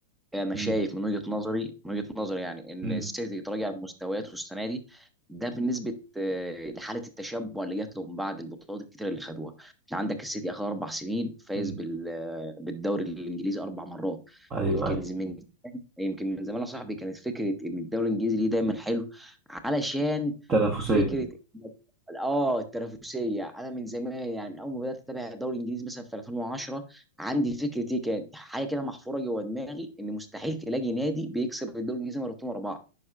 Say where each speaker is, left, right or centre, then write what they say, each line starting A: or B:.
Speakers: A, in the centre; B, on the right.
A: انا
B: مم.
A: شايف من وجهة نظري من وجهة نظري يعني ان
B: مم.
A: السيتي تراجع مستوياته السنه دي ده بالنسبه آه، لحاله التشبع اللي جات له من بعد البطولات الكتيره اللي خدوها انت عندك السيتي اخر اربع سنين فايز
B: مم.
A: بال- آه، بالدوري الانجليزي اربع مرات
B: ايوه
A: يمكن
B: ايوه
A: من يمكن من زمان يا صاحبي كانت فكره ان الدوري الانجليزي ليه دايما حلو علشان
B: تنافسية
A: فكره إن- اه التنافسيه انا من زمان يعني من اول ما بدات اتابع الدوري الانجليزي مثلا في 2010 عندي فكره ايه كانت حاجه كده محفوره جوه دماغي ان مستحيل تلاقي نادي بيكسب الدوري الانجليزي مرتين ورا بعض